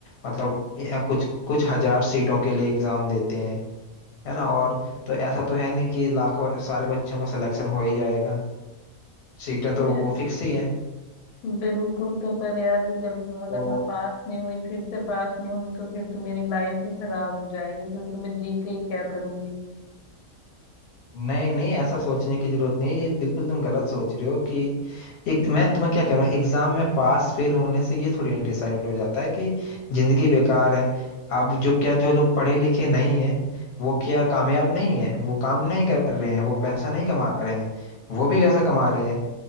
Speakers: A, on the left; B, on the left.
A: मतलब या कुछ कुछ हजार सीटों के लिए एग्जाम देते हैं है ना और तो ऐसा तो है नहीं कि लाखों सारे बच्चों का सिलेक्शन हो ही जाएगा सीटें
B: तो
A: तो
B: ये-
A: वो फिक्स ही हैं
B: बिल्कुल तो पर यार ये जल्द अगर
A: तो
B: मैं पास नहीं हुई फिर से पास नहीं हुई तो फिर तो मेरी लाइफ ही खराब हो जाएगी फिर तो मैं जी के ही क्या करूंगी
A: नहीं नहीं ऐसा सोचने की जरूरत नहीं है ये बिल्कुल तुम गलत सोच रहे हो कि एक मैं तुम्हें क्या कह रहा हूँ एग्जाम में पास फेल होने से ये थोड़ी ना डिसाइड हो जाता है कि जिंदगी बेकार है अब जो क्या जो लोग पढ़े लिखे नहीं है वो क्या कामयाब नहीं है वो काम नहीं कर रहे हैं वो पैसा नहीं कमा रहे हैं वो भी वैसा कमा रहे हैं